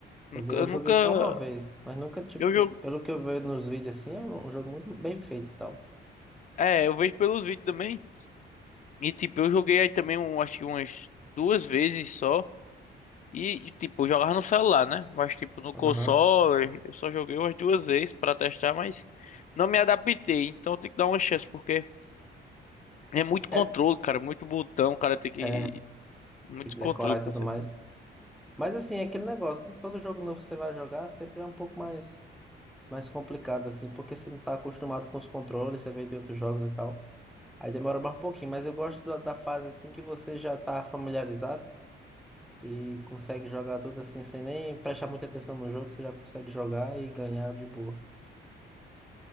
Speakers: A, on the left (about 40°); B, in the centre.
A: Nunca,
B: Quer dizer,
A: eu
B: eu joguei
A: nunca.
B: só uma vez, mas nunca, tipo,
A: Eu
B: eu-
A: jogo.
B: pelo que eu vejo nos vídeos assim, é um jogo muito bem feito e tal.
A: É, eu vejo pelos vídeos também. E tipo, eu joguei aí também, um, acho que umas duas vezes só. E, e, tipo, eu jogava no celular, né? Mas tipo, no
B: Aham.
A: console, eu só joguei umas duas vezes pra testar, mas não me adaptei. Então tem que dar uma chance, porque é muito controle,
B: É,
A: cara. Muito botão, o cara tem que.
B: é,
A: Muito
B: decorar
A: controle pra
B: e tudo
A: ser.
B: mais. Mas assim, é aquele negócio, né? Todo jogo novo que você vai jogar sempre é um pouco mais. mais complicado, assim, porque você não tá acostumado com os controles, você vem de outros jogos e tal. Aí demora mais um pouquinho, mas eu gosto da, da fase, assim, que você já tá familiarizado e consegue jogar tudo assim, sem nem prestar muita atenção no jogo, você já consegue jogar e ganhar de boa.